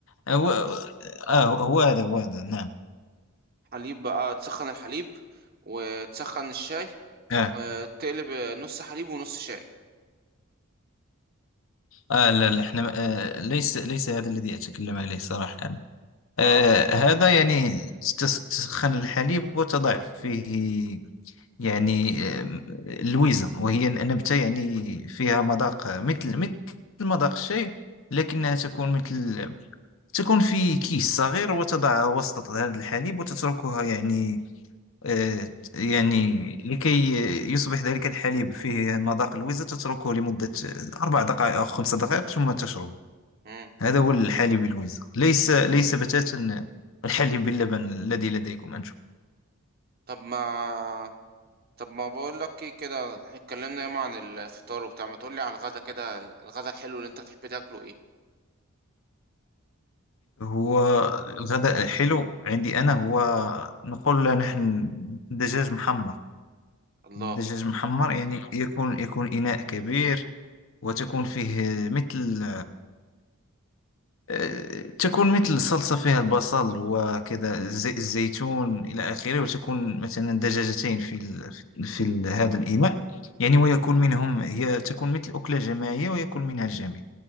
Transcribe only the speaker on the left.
هو آه هو هو هذا هو هذا نعم
آه
آه لا لا احنا ما- آه ليس ليس هذا الذي أتكلم عليه صراحة آه
هذا يعني تس- تسخن الحليب وتضع فيه يعني آم، لويزة وهي نبتة يعني فيها مذاق مثل مثل مذاق الشاي لكنها تكون مثل تكون في كيس صغير وتضعها وسط هذا الحليب وتتركها يعني آه، يعني لكي يصبح ذلك الحليب فيه مذاق الويزة تتركه لمدة أربع دقائق أو خمس دقائق ثم تشربه
هذا هو الحليب الويزة ليس ليس بتاتا الحليب باللبن الذي لديكم أنتم
هو الغداء حلو عندي أنا هو نقول له نحن دجاج محمر
الدجاج محمر يعني يكون يكون إناء كبير وتكون فيه مثل آه، تكون مثل صلصة فيها البصل وكذا زي الزيتون إلى آخره وتكون مثلا دجاجتين في ال... في ال... هذا الإناء يعني ويكون منهم هي تكون مثل أكلة جماعية ويكون منها الجميع